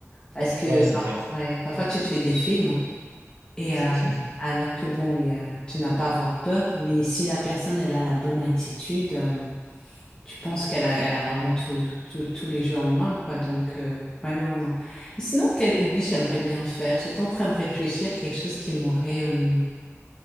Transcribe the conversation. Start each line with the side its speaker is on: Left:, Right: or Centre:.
Left: parce que
Right: ouais, c'est
Left: parfois,
Right: clair.
Left: ouais, parfois tu te fais des films et
Right: <laughs>
Left: euh, alors que bon, il y a- tu n'as pas à avoir peur, mais si la personne elle a la bonne attitude, euh, tu penses qu'elle a, elle a vraiment tout, tout- tous les jeux en main, quoi. Donc euh, ouais, non, non. Et sinon, quel hobby j'aimerais bien faire? J'étais en train de réfléchir à quelque chose qui m'aurait euh,